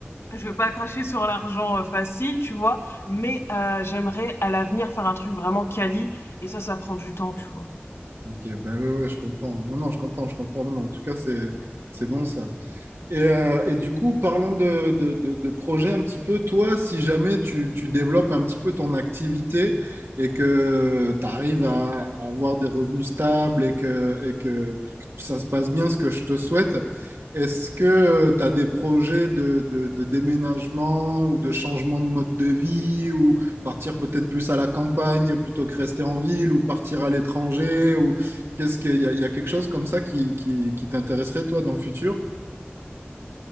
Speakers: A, on the left; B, on the right.
A: je veux pas cracher sur l'argent, heu, facile, tu vois? Mais heu, j'aimerais à l'avenir faire un truc vraiment quali et ça, ça prend du temps, tu vois?
B: ok, ben ouais, ouais, je comprends. Non, non, je comprends, je comprends. Non, mais en tout cas c'est, c'est bon ça. Et, euh, et du coup, parlons de, de, de- de projet un petit peu. Toi, si jamais tu, tu développes un petit peu ton activité et que tu arrives à, à avoir des revenus stables et que, et que, et que ça se passe bien, ce que je te souhaite, est-ce que tu as des projets de, de- de déménagement ou de changement de mode de vie ou partir peut-être plus à la campagne plutôt que rester en ville ou partir à l'étranger ou qu'est-ce qu'il y a, il y a quelque chose comme ça qui, qui qui t'intéresserait toi dans le futur?